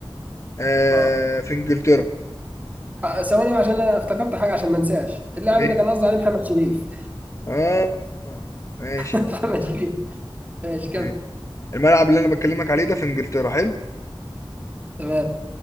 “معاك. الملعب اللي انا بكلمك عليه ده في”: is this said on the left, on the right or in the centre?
Left